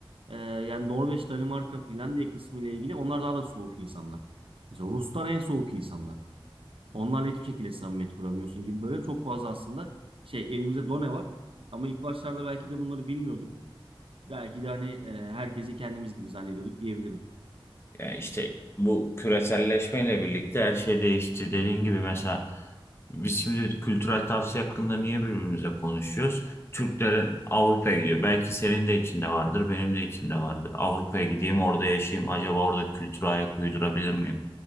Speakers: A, on the right; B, on the left.
A: Ee, yani Norveç, Danimarka, Finlandiya kısmı ile ilgili onlar daha da soğuk insanlar. Mesela Ruslar en soğuk insanlar. Onlarla hiçbir şekilde samimiyet kuramıyorsun gibi böyle çok fazla aslında şey elimizde done var. Ama ilk başlarda belki de bunları bilmiyorduk. Belki de hani e, herkesi kendimiz gibi zannediyorduk diyebilirim.
B: Yani işte bu küreselleşmeyle birlikte her şey değişti. Dediğin gibi mesela biz şimdi kültürel tavsiye hakkında niye birbirimize konuşuyoruz? Türklerin Avrupa'ya gidiyor. Belki senin de içinde vardır, benim de içimde vardır. Avrupa'ya gideyim, orada yaşayayım. Acaba orada kültüre ayak uydurabilir miyim?